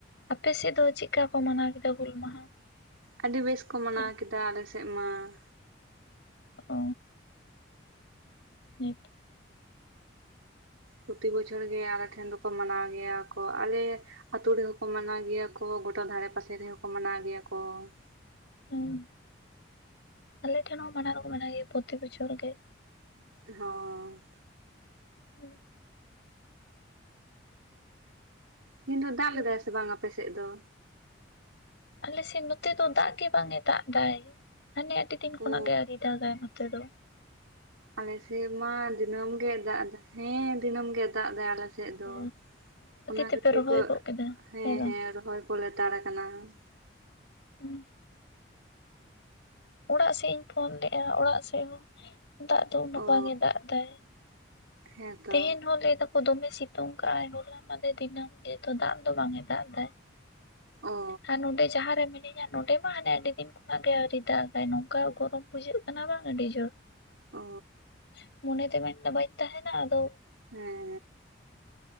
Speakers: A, on the left; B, on the right.
A: ᱟᱯᱮ ᱥᱮᱫ ᱫᱚ ᱪᱮᱫᱠᱟ ᱠᱚ ᱢᱟᱱᱟᱣ ᱠᱮᱫᱟ ᱦᱩᱞ ᱢᱟᱦᱟ?
B: ᱟᱹᱰᱤ ᱵᱮᱥ ᱠᱚ ᱢᱟᱱᱟᱣ
A: ᱛᱮᱦᱮᱧ?
B: ᱠᱮᱫᱟ ᱟᱞᱮ ᱥᱮᱫ ᱢᱟ ᱾
A: ᱚ <unintelligible>
B: ᱯᱨᱚᱛᱤ ᱵᱚᱪᱷᱚᱨ ᱜᱮ ᱟᱞᱮ ᱴᱷᱮᱱ ᱫᱚᱠᱚ ᱢᱟᱱᱟᱣ ᱜᱮᱭᱟ ᱠᱚ, ᱟᱞᱮ ᱟᱛᱳ ᱨᱮᱦᱚᱸ ᱠᱚ ᱢᱟᱱᱟᱣ ᱜᱮᱭᱟ ᱠᱚ ᱜᱚᱴᱟ ᱫᱷᱟᱨᱮ ᱯᱟᱥᱮ ᱨᱮᱦᱚᱸ ᱠᱚ ᱢᱟᱱᱟᱣ ᱜᱮᱭᱟ ᱠᱚ ᱾
A: ᱦᱩᱸ, ᱟᱞᱮ ᱴᱷᱮᱱ ᱦᱚᱸ ᱢᱟᱱᱟᱣ ᱫᱚᱠᱚ ᱢᱟᱱᱟᱣ ᱜᱮᱭᱟ ᱯᱨᱚᱛᱤ ᱵᱚᱪᱷᱚᱨ ᱜᱮ ᱾
B: ᱦᱚᱸᱻ᱾
A: ᱦᱩᱸ᱾
B: ᱛᱮᱦᱤᱧ ᱫᱚ ᱫᱟᱜ
A: ᱦᱩᱸ
B: ᱞᱮᱫᱟᱭ ᱥᱮ ᱵᱟᱝ ᱟᱯᱮ ᱥᱮᱜ ᱫᱚ?
A: ᱟᱞᱮ ᱥᱮᱜ ᱱᱚᱛᱮ ᱫᱚ ᱫᱟᱜ ᱜᱮ ᱵᱟᱝ ᱮ ᱫᱟᱜ ᱫᱟᱭ ᱾ ᱦᱟᱱᱮ ᱟᱹᱰᱤ ᱫᱤᱱ ᱠᱷᱚᱱᱟᱜ
B: ᱳ
A: ᱜᱮ ᱟᱹᱣᱨᱤ ᱫᱟᱜᱟᱭ ᱱᱚᱛᱮ ᱫᱚ ᱾
B: ᱟᱞᱮ ᱥᱮᱜ ᱢᱟ ᱫᱤᱱᱟᱹᱢ ᱜᱮ ᱫᱟᱜ ᱫᱟᱭ, ᱦᱮᱸ ᱫᱤᱱᱟᱹᱢ ᱜᱮᱭ ᱫᱟᱜ ᱫᱟᱭ ᱟᱞᱮ ᱥᱮ ᱥᱮᱜ ᱫᱚ,
A: ᱚ
B: ᱚᱱᱟ
A: ᱛᱮᱯᱮ
B: ᱠᱷᱟᱹᱛᱤᱨ
A: ᱨᱚᱦᱚᱭ
B: ᱠᱚ
A: ᱜᱚᱫ ᱠᱮᱫᱟ
B: ᱦᱮᱸ
A: ᱵᱟᱝ
B: ᱦᱮᱸ ᱨᱚᱦᱚᱭ ᱠᱚ ᱞᱮᱛᱟᱲ ᱟᱠᱟᱱᱟ ᱾
A: ᱦᱩᱸ ᱚᱲᱟᱜ ᱥᱮᱜ ᱤᱧ ᱯᱷᱳᱱ ᱞᱮᱜ-ᱟ ᱚᱲᱟᱜ ᱥᱮᱜ ᱦᱚᱸ, ᱫᱟᱜ ᱫᱚ ᱩᱱᱟᱹᱜ
B: ᱚ
A: ᱵᱟᱝ ᱮ ᱫᱟᱜ ᱫᱟᱭ ᱾
B: ᱦᱮᱸᱛᱚ
A: ᱛᱮᱦᱮᱧ ᱦᱚᱸ ᱞᱟᱹᱭ ᱫᱟᱠᱚ ᱫᱚᱢᱮ ᱥᱤᱛᱩᱝ ᱠᱟᱜ ᱟᱭ ᱦᱚᱞᱟ ᱢᱟᱫᱮᱨ ᱫᱤᱱᱟᱹᱢ ᱜᱮᱛᱚ ᱫᱟᱜ ᱫᱚ ᱵᱟᱝ ᱮ ᱫᱟᱜ ᱫᱟᱭ ᱾
B: ᱚ
A: ᱦᱟᱸ, ᱱᱚᱸᱰᱮᱡ ᱡᱟᱦᱟᱸ ᱨᱮ ᱢᱤᱱᱟᱹᱧᱟ ᱱᱚᱰᱮ ᱢᱟ ᱦᱟᱱᱮ ᱟᱹᱰᱤ ᱫᱤᱱ ᱠᱷᱚᱱᱟᱜ ᱜᱮ ᱟᱹᱣᱨᱤ ᱫᱟᱜᱟᱭ ᱱᱚᱝᱠᱟ ᱜᱚᱨᱚᱢ ᱵᱩᱡᱷᱟᱹᱜ ᱠᱟᱱᱟ ᱵᱟᱝ ᱟᱹᱰᱤ ᱡᱳᱨ
B: ᱚ
A: ᱾ ᱢᱚᱱᱮ ᱛᱮ ᱢᱮᱱᱫᱟ ᱵᱟᱹᱧ ᱛᱟᱦᱮᱱᱟ ᱟᱫᱚ
B: ᱦᱮᱸᱻ